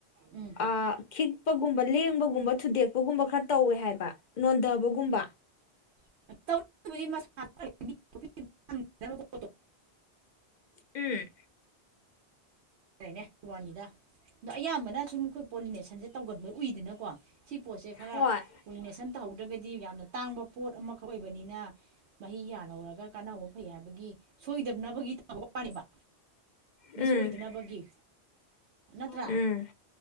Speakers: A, on the right; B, on the left.
A: ꯎꯝ
B: ꯑꯥ ꯈꯤꯛꯄꯒꯨꯝꯕ ꯂꯦꯡ ꯕꯒꯨꯝꯕ ꯊꯨꯗꯦꯛꯄꯒꯨꯝꯕ ꯈꯔ ꯇꯧꯋꯦ ꯍꯥꯏꯌꯦꯕ ꯅꯣꯟꯗꯕꯒꯨꯝꯕ
A: <inaudible>
B: ꯎꯝ
A: <inaudible> ꯅꯦ ꯋꯥꯅꯤꯗ ꯗꯣ ꯑꯌꯥꯝꯕꯅ ꯁꯨꯝ ꯈꯣꯏ ꯄꯣꯂꯤꯅꯦꯁꯟꯁꯦ ꯇꯧꯒꯟꯕ ꯎꯏꯗꯅꯀꯣ ꯁꯤ ꯄꯣꯠꯁꯦ ꯈꯔ
B: ꯍꯣꯏ
A: ꯄꯣꯂꯤꯅꯦꯁꯟ ꯇꯧꯍꯧꯗ꯭ꯔꯒꯗꯤ ꯌꯥꯝꯅ ꯇꯥꯡꯕ ꯄꯣꯠ ꯑꯃꯈꯛ ꯑꯣꯏꯕꯅꯤꯅ ꯃꯍꯩ ꯌꯥꯜꯍꯧꯔꯒ ꯀꯥꯟꯅꯍꯧꯕ ꯐꯩ ꯍꯥꯏꯕꯒꯤ ꯁꯣꯏꯗꯞꯅꯕꯒꯤ <inaudible> ꯋꯥꯅꯦꯕ ꯃꯤꯁ
B: ꯎꯝ
A: ꯑꯣꯏꯗꯅꯕꯒꯤ ꯅꯠꯇ꯭ꯔꯥ
B: ꯎꯝ